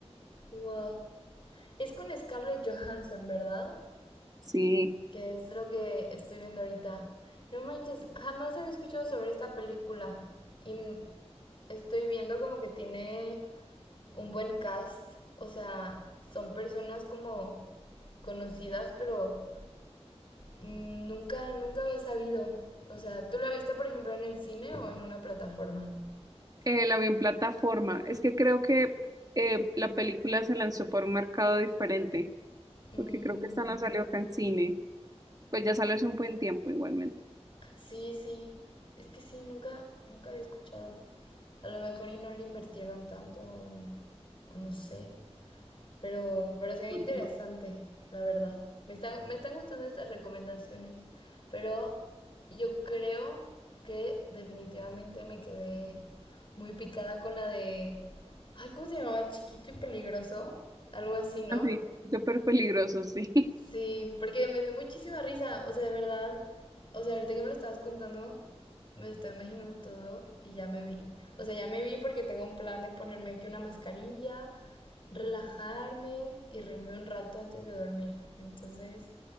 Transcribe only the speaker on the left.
wow. Es con Scarlett Johansson, ¿verdad?
Que es lo que estoy viendo ahorita. No manches, jamás había escuchado sobre esta película. Y m- estoy viendo como que tiene un buen cast. O sea, son personas como conocidas, pero Mm, Nunca, nunca había sabido. O sea, ¿tú la viste, por ejemplo, en el cine o en una plataforma?
Mm,
sí, sí. Es que sí, nunca, nunca había escuchado. A lo mejor y no le invirtieron tanto, o, o no sé. Pero, pero se ve
interesante, la verdad. Me están, me están gustando estas recomendaciones, pero yo creo que definitivamente me quedé muy picada con la de... Ay, ¿cómo se llamaba? Chiquito y peligroso. Algo así, ¿no?
Sí, porque me dio muchísima risa, o sea, de verdad, o sea, ahorita que me lo estabas contando, me estoy imaginando todo y ya me vi. O sea, ya me vi porque tengo un plan de ponerme aquí una mascarilla, relajarme y reírme un rato antes de dormir. Entonces,